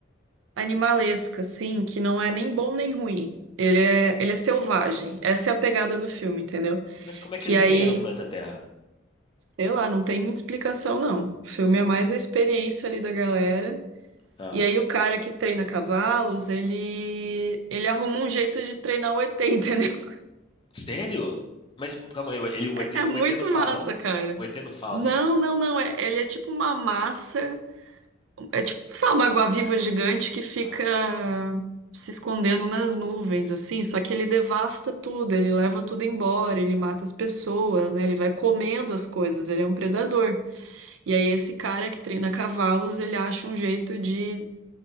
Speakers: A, on the right; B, on the left.
A: animalesca, assim, que não é nem bom nem ruim. Ele é, ele é selvagem. Essa é a pegada do filme, entendeu?
B: Mas como é
A: Que
B: que eles
A: aí,
B: vieram pro planeta Terra?
A: sei lá, não tem muita explicação, não. O filme
B: Hum.
A: é mais a experiência ali da galera.
B: Ah.
A: E aí o cara que treina cavalos, ele ele arruma um jeito de treinar o ET, entendeu? <laughs>
B: Sério? Mas calma aí, ele, o
A: É
B: ET, o
A: muito
B: ET não fala,
A: massa,
B: não?
A: cara.
B: O ET não fala,
A: Não,
B: não?
A: não, não. É, ele é tipo uma massa. É tipo, sabe, uma água-viva gigante que fica
B: Aham.
A: se escondendo nas nuvens, assim. Só que ele devasta tudo, ele leva tudo embora, ele mata as pessoas, né? Ele vai comendo as coisas, ele é um predador. E aí esse cara que treina cavalos, ele acha um jeito de